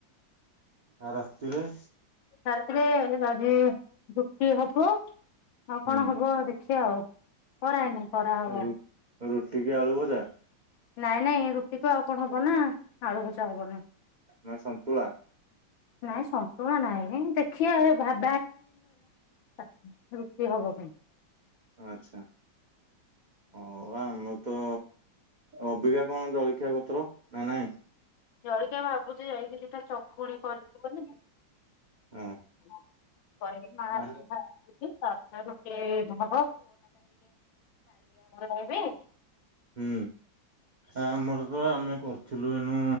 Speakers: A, on the right; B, on the left.
A: ଆଉ ରାତିରେ।
B: ରାତିରେ <unintelligible> ଦୁଃଖୀ ହବୁ। ଆଉ
A: ହୁଁ
B: କଣ ହବ? ଦେଖ <unintelligible> ଖରା ଆଇଲା।
A: ରୁ ରୁଟି କି ଆଳୁ ଭଜା?
B: ନାଇଁ ନାଇଁ ରୁଟିକୁ ଆଉ କଣ ହବ ନା। ଆଳୁ ଭଜା ହବନି।
A: ନା ସନ୍ତୁଳା?
B: ନାଇଁ ସନ୍ତୁଳା ନାଇଁ ଦେଖିବା <unintelligible> ରୁଟି ହବ ଖାଲି।
A: ଆଛା। ହଁ ବା ଆମର ତ ଅବିକା କଣ ଜଳଖିଆ ପତ୍ର ନା ନାଇଁ?
B: ଜଳିଖିଆ ଭାବୁଛି ଯାଇକି ଦି ଟା ଚକୁଳି କରି ଦବ ନି ତ
A: ହଁ
B: <unintelligible>
A: ଆ
B: <inaudible> କାଲି ଆପଣ ରହିବେ?
A: ହୁଁ ଆମର ତ ଆମେ କରିଥିଲୁ। ଏନୁ